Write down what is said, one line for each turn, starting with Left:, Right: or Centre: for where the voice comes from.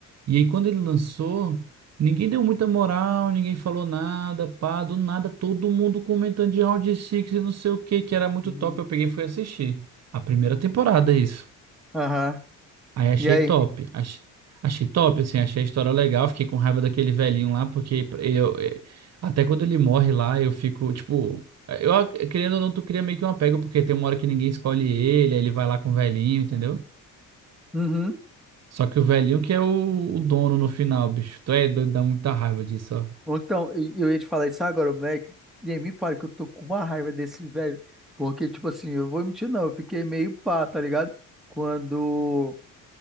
Right: E aí, quando ele lançou, ninguém deu muita moral, ninguém falou nada, pá, do nada, todo mundo comentando de Round Six e não sei o que, que era muito
Centre: Uhum.
Right: top. Eu peguei e fui assistir. A primeira temporada, é isso.
Centre: Aham.
Right: Aí achei
Centre: E aí?
Right: top. Ach- Achei top, assim, achei a história legal. Fiquei com raiva daquele velhinho lá, porque eu, eh, até quando ele morre lá, eu fico, tipo, eu ac- querendo ou não, tu cria meio que um apego, porque tem uma hora que ninguém escolhe ele, aí ele vai lá com o velhinho, entendeu?
Centre: Uhum.
Right: Só que o velhinho que é o, o dono no final, bicho. Tu é doido, dá muita raiva disso, ó.
Centre: Ou Então, e- eu ia te falar isso agora, o Mac, nem me fala que eu tô com uma raiva desse velho, porque, tipo assim, eu vou mentir não, eu fiquei meio pá, tá ligado? Quando,